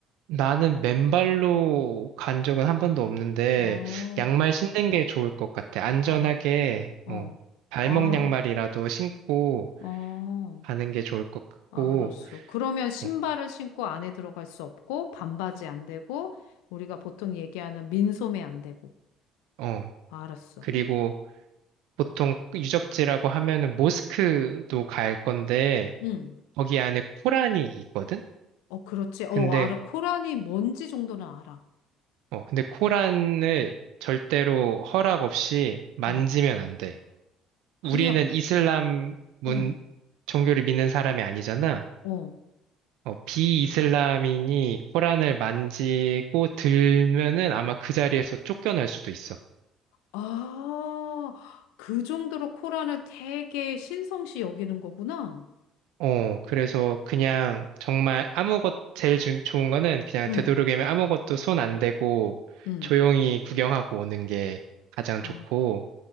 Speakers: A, on the right (about 80°); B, on the left (about 85°).
A: 나는 맨발로 간 적은 한 번도 없는데,
B: 어,
A: 양말 신는 게 좋을 것 같아. 안전하게,
B: 어. 어.
A: 어, 발목
B: 아,
A: 양말이라도 신고,
B: 어.
A: 가는 게 좋을 것 같고,
B: 알았어. 그러면 신발을
A: 어,
B: 신고 안에 들어갈 수 없고, 반바지 안 되고, 우리가 보통 얘기하는 민소매 안 되고.
A: 어.
B: 알았어.
A: 그리고 보통 유적지라고 하면은 모스크도 갈 건데,
B: 응.
A: 거기 안에 코란이 있거든?
B: 어, 그렇지. 어,
A: 근데,
B: 알아. 코란이 뭔지 정도는 알아.
A: 어, 근데 코란을 절대로 허락 없이 만지면
B: 어.
A: 안 돼.
B: 그냥,
A: 우리는 이슬람 문,
B: 어,
A: 종교를 믿는 사람이 아니잖아.
B: 어.
A: 어, 비이슬람인이 코란을 만지고 들면은 아마 그 자리에서 쫓겨날 수도 있어.
B: 아, 그 정도로 코란을 되게 신성시 여기는 거구나.
A: 어, 그래서 그냥 정말 아무것, 제일 중- 좋은 거는 그냥
B: 응,
A: 되도록이면 아무것도 손 안 대고
B: 응.
A: 조용히 구경하고 오는 게 가장
B: 아.
A: 좋고,